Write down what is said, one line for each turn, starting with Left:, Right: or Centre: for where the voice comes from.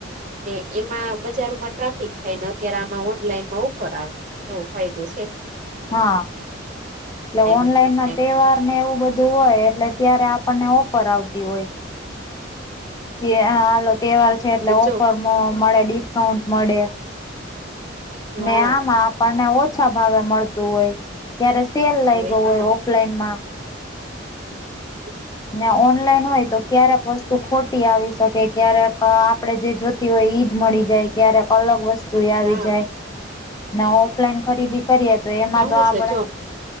Right: ને એમાં બજારમાં ટ્રાફિક થાય, ને અત્યારે આમાં ઓનલાઈનમાં ઓફર આવે. એ ફાયદો સે
Left: હા, એ ઓનલાઈન
Right: ને
Left: માટે તહેવાર
Right: નો.
Left: ને એવું બધું હોય, એટલે ત્યારે આપણને ઓફર આવતી હોય કે હાલ તહેવાર છે. એટલે
Right: જો
Left: ઓફરમાં મળે ડિસ્કાઉન્ટ મળે
Right: હા
Left: ને આમાં આપણને ઓછા ભાવે મળતું હોય. ત્યારે સેલ
Right: તો
Left: લાયગો
Right: હા
Left: હોય પ્લેનમાં
Right: હમ્મ.
Left: ને ઓનલાઈન હોય. તો ક્યારેક વસ્તુ ખોટી આવી શકે. ક્યારેક આપડે જે જોતુ હોય, ઈ જ મળી જાય ક્યારેક અલગ વસ્તુ આવી
Right: હા
Left: જાય. ને ઓફલાઈન ખરીદી કરીએ તો એમાં
Right: હું
Left: તો આપડે
Right: છે જો